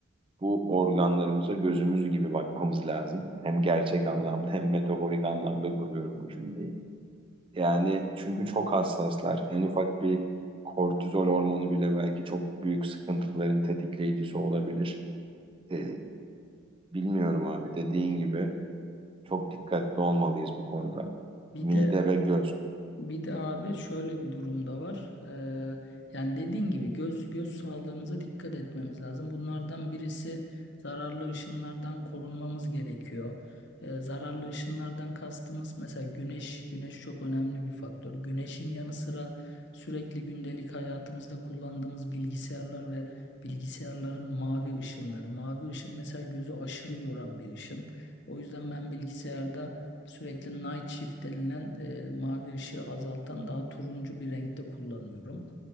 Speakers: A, on the right (about 25°); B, on the left (about 55°).
A: Bu organlarımıza gözümüz gibi bakmamız lazım. Hem gerçek anlamda hem metaforik anlamda kuruyorum bu cümleyi. Yani çünkü çok hassaslar. En ufak bir kortizol hormonu bile belki çok büyük sıkıntıların tetikleyicisi olabilir. Ee, bilmiyorum abi dediğin gibi. Çok dikkatli olmalıyız bu konuda.
B: Bir
A: Mide
B: de
A: ve göz.
B: bir de abi şöyle bir durum da var. Ee, yani dediğin gibi göz göz sağlığımıza dikkat etmemiz lazım. Bunlardan birisi zararlı ışınlardan korunmamız gerekiyor. Ee, zararlı ışınlardan kastımız mesela güneş. Güneş çok önemli bir faktör. Güneşin yanı sıra sürekli gündelik hayatımızda kullandığımız bilgisayarlar ve bilgisayarların mavi ışınları. Mavi ışın mesela gözü aşırı yoran bir ışın. O yüzden ben bilgisayarda Sürekli night shift denilen e, mavi ışığı azaltan daha turuncu bir renkte kullanıyorum.